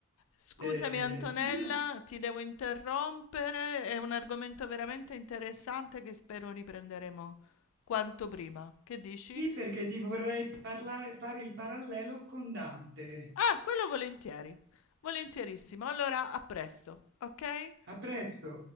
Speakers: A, on the left; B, on the right.
A: Scusami
B: Eh,
A: Antonella,
B: io-
A: ti devo interrompere, è un argomento veramente interessante che spero riprenderemo quanto prima. Che dici?
B: sì, perché ti vorrei parlare, fare il parallelo con Dante.
A: Ah, quello volentieri, volentierissimo. Allora, a presto, ok?
B: A presto.